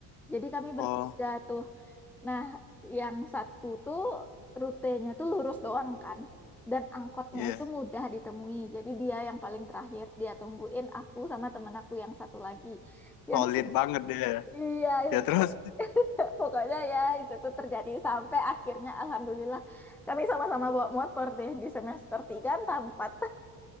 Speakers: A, in the centre; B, on the left (about 55°).
A: Jadi kami
B: oh
A: bertiga tuh Nah, yang satu tuh rutenya tuh lurus doang kan. Dan angkotnya
B: iya yeah.
A: itu mudah ditemui. Jadi dia yang paling terakhir. Dia tungguin aku sama temen aku yang satu lagi. Yang
B: Solid
A: su-
B: banget dia.
A: iya itu
B: Ya terus,
A: po- <laughs> pokoknya ya itu tuh terjadi sampai akhirnya alhamdulillah kami sama-sama bawa motor deh di semester 3 entah 4. <laughs>